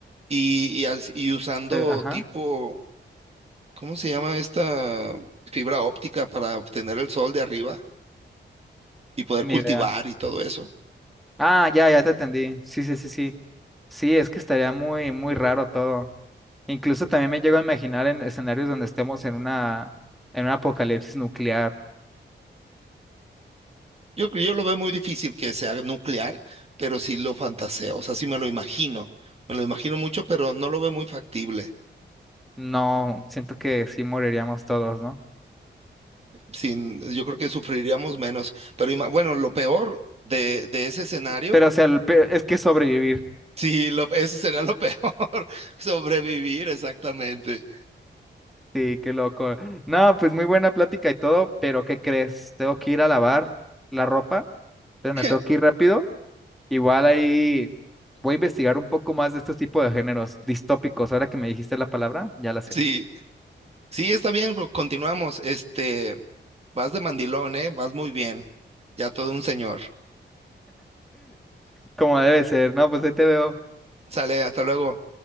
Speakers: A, on the right; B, in the centre.
A: y, y as- y usando
B: Eh, ajá,
A: tipo, ¿cómo se llama esta fibra óptica para obtener el sol de arriba y poder
B: ni
A: cultivar
B: idea.
A: y todo eso?
B: Ah, ya, ya te entendí. Sí, sí, sí, sí. Sí, es que estaría muy, muy raro todo. Incluso también me llego a imaginar en escenarios donde estemos en una, en un apocalipsis nuclear.
A: Yo, yo lo veo muy difícil que sea nuclear, pero sí lo fantaseo, o sea, sí me lo imagino, me lo imagino mucho, pero no lo veo muy factible.
B: No, siento que sí moriríamos todos, ¿no?
A: Sin, yo creo que sufriríamos menos, pero ima- bueno, lo peor de, de ese escenario,
B: Pero, o sea, el pe- es que sobrevivir.
A: sí, lo, eso sería lo peor, <laughs> sobrevivir exactamente.
B: Sí, qué loco. No, pues muy buena plática y todo, pero ¿qué crees? Tengo que ir a lavar la ropa, entonces
A: <laughs>
B: me tengo que ir rápido. Igual ahí voy a investigar un poco más de estos tipos de géneros distópicos. Ahora que me dijiste la palabra, ya la sé.
A: Sí, Sí, está bien, co- continuamos. Este, vas de mandilón, ¿eh? Vas muy bien. Ya todo un señor.
B: Como debe ser, ¿no? Pues ahí te veo.
A: Sale, hasta luego.